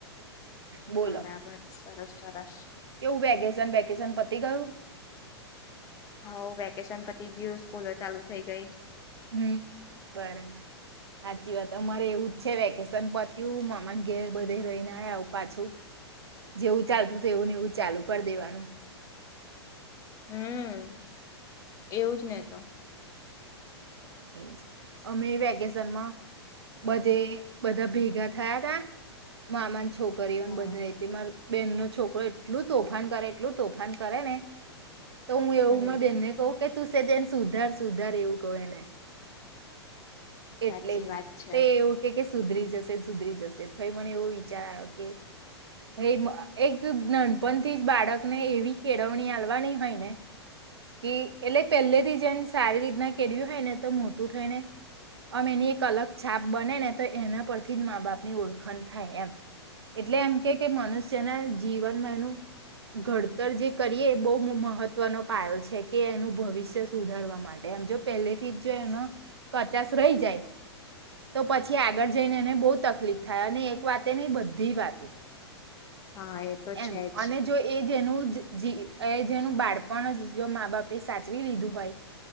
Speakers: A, on the right (about 65°); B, on the left (about 20°).
A: બોલો?
B: બરાબર સરસ સરસ.
A: કેવું વેકેસન વેકેસન પતિ ગયું?
B: હઓ વેકેશન પતી ગયું, સ્કૂલો ચાલુ થઇ ગઈ.
A: હમ્મ, બરાબર. હાચી વાત અમારે એવું જ છે વેકેશન પતીયુ મામા ઘેર બધે રહીને આયા આવ પાછું જેવું ચાલતું થું એવું ને એવું ચાલુ કર દેવાનું.
B: હમ્મ, એવુંજ ને તો.
A: એજ અમે વેકેસન માં બધે બધા ભેગા થયા તા મામા છોકરીઓને
B: હા
A: બધા તે મારું બેન નો છોકરો એટલું તોફાન કરે એટલું તોફાન કરે ને તો હું એવું
B: હમ
A: માં બેનને કહું કે તું સ્હેજ એન સુધાર સુધાર એવું કહું એને
B: સાચી
A: એટલે
B: વાત છે
A: તે એવું કે કે સુધરી જશે સુધરી જશે. ફરી મને એવો વિચાર આવ્યો કે હૈ આહ એક નાનપણથી જ બાળકને એવી કેળવણી આવવાની હોય ને કે એટલે પહેલેથી જેમ સારી રીતના કેળવી્યું હોય ને તો મોટું થઈ ને આમ એની એક અલગ છાપ બને ને તો એના પરથી જ મા બાપની ઓળખણ થાય એમ. એટલે એમ કે કે મનુષ્યના જીવનમાં એનું ઘડતર જે કરીએ એ બહુ મ-મહત્વનો પાયો છે કે એનું ભવિષ્ય સુધારવા માટે. એમ જો પહેલે થી જ જો એનો કચાસ રહી જાય તો પછી આગળ જઈને એને બહુ તકલીફ થાય અને એક વાતે નહ બધી વાતે
B: હા એ તો
A: એમ
B: છે
A: અને
B: જ
A: જો એ જેનું જેનું બાળપણ જ જો મા બાપે સાચવી લીધું હોય.